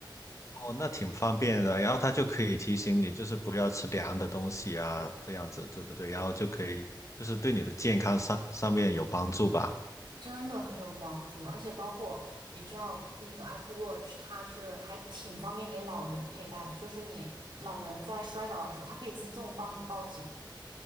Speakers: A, on the left (about 40°); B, on the right (about 70°).
A: 哦，那挺方便的。然后它就可以提醒你，就是不要吃凉的东西啊，这样子对不对？然后就可以就是对你的健康上上面有帮助吧。
B: 真的很有帮助，而且包括你知道那个 Apple Watch，它是还挺方便给老人佩戴的，就是你老人在摔倒的时候，它可以自动帮你报警。